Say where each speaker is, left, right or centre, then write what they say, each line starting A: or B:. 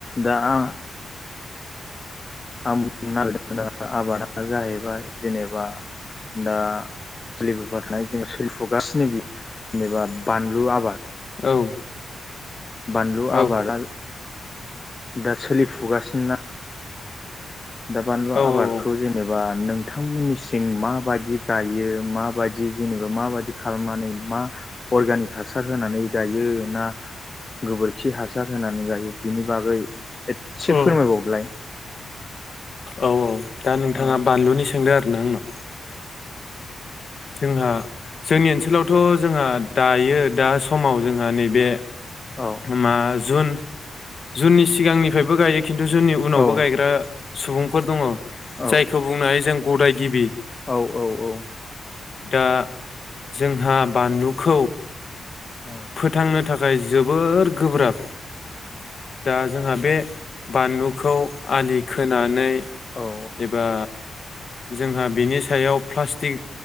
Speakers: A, on the left; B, on the left.
A: दा आ आं बुंनो नागिरदों दा आबादा जाहैबाय जेनेबा दा सोलिबोबाय थानाय जोंङो सोलिफुगासिनो जेनेबा बानलु आबाद।
B: औ
A: बानलु आबादा
B: औ
A: दा सोलिफुगासिनो ना। दा बानलु
B: औ
A: आबादखौ जेनेबा नोंथांमोननि सिं माबायदि गायो माबायदि जेनेबा माबायदि खालामनानै मा अर्गेनिक हासार होनानै गायो ना गोबोरखि हासार होनानै गायो बिनि बागै एसे
B: औ
A: फोरमायबावलाय
B: औ औ दा नोंथाङा
A: औ
B: बानलुनि सोंदों आरो ना आंनाव जोंहा जोंनि ओनसोलावथ' जोंहा दायो दा समाव जोंहा नैबे
A: औ
B: मा जुन जुननि सिगांनिफ्रायबो गायो खिन्थु जुननि उनावबो
A: औ
B: गायग्रा सुबुंफोर दङ
A: औ
B: जायखौ बुंनो हायो जों गदाय गिबि
A: औ औ औ
B: दा जोंहा बानलुखौ
A: औ
B: फोथांनो थाखाय जोबोर गोब्राब दा जोंहा बे बानलुखौ आलि खोनानै
A: औ
B: एबा जोंहा बिनि सायाव प्लास्टिक